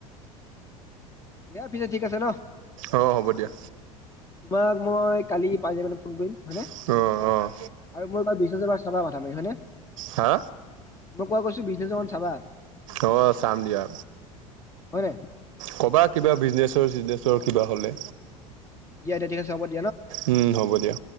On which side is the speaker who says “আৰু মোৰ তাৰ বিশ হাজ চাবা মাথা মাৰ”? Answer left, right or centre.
Left